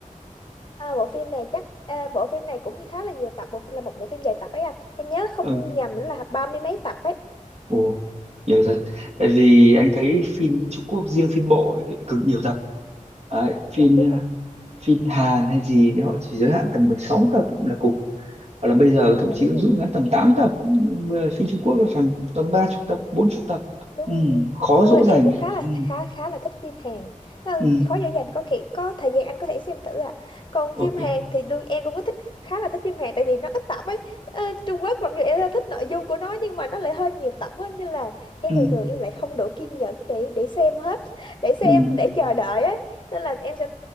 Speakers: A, on the left; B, on the right.
A: à, bộ phim này chắc à, bộ phim này cũng như khá là nhiều tập bộ là một bộ phim dài tập ấy anh em nhớ không
B: ừ
A: nhầm là ba mươi mấy tập ấy
B: ồ nhiều thật tại vì anh thấy phim Trung Quốc riêng phim bộ ấy, cực nhiều tập Đấy, phim
A: dạ đúng
B: à,
A: rồi
B: phim Hàn hay gì thì họ chỉ giới hạn tầm 16 tập là cùng hoặc là bây giờ
A: ờ
B: thậm chí
A: đúng
B: nó
A: rồi
B: rút
A: đúng
B: ngắn
A: rồi.
B: tầm tám tập ừ, phim Trung Quốc là phải tầm ba chục tập bốn chục tập
A: đúng
B: ừ,
A: rồi đúng rồi
B: khó
A: Ờ,
B: dỗ dành
A: em cũng khá là
B: ừ,
A: khá khá là thích phim Hàn Ờ,
B: ừ,
A: khó dễ dành có khi có thời gian anh có thể xem thử à còn
B: ok
A: phim Hàn thì đương em cũng có thích khá là thích phim Hàn tại vì nó ít tập ấy Ờ, Trung Quốc mặc dù em rất thích nội dung của nó nhưng mà nó lại hơi nhiều tập ấy nên là em
B: ừ,
A: thường thường em lại không đủ kiên nhẫn để để xem hết <laughs> để xem
B: ừ.
A: để chờ đợi ấy nên là em sẽ